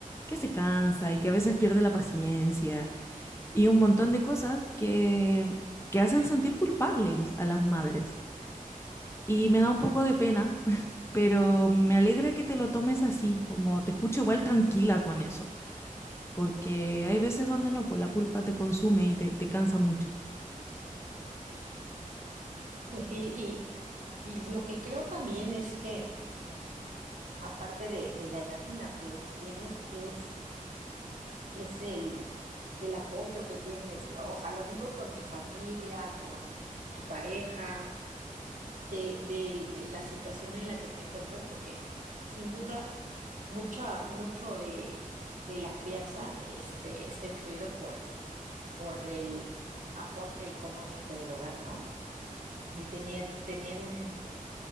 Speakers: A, on the left; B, on the right.
A: que se cansa y que a veces pierde la paciencia y un montón de cosas que, que hacen sentir culpables a las madres. Y me da un poco de pena, <laughs> pero me alegra que te lo tomes así, como te escucho igual tranquila con eso, porque hay veces donde no, pues la culpa te consume y te, te cansa mucho.
B: Pues sí, y, y lo que creo también es que, aparte de, de la edad en la que los tienes, es, es el, el apoyo que tienes, ¿no? O sea, lo digo con tu familia, con tu pareja, de, de la situación en la que te encuentras, porque sin duda. mucha, mucho de, de la crianza este, está influido por, por el aporte económico del hogar, ¿no? El tener, tener un,